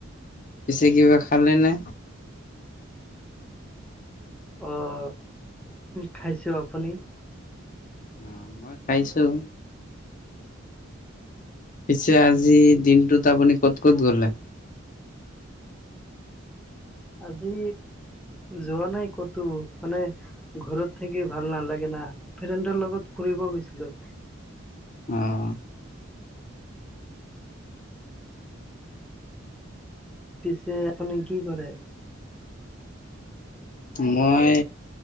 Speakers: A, on the left; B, in the centre.
A: পিছে
B: উম
A: কিবা খালে নে?
B: অহ, খাইছোঁ আপুনি?
A: অ মই খাইছোঁ। পিছে
B: উম
A: আজি দিনটোত আপুনি কত কত গলা
B: আজি যোৱা নাই কতো মানে ঘৰত থাকি ভাল নালাগে না, ফ্ৰেণ্ডৰ লগত ফুৰিব গৈছিলোঁ।
A: অহ
B: পিছে আপুনি কি কৰে?
A: মই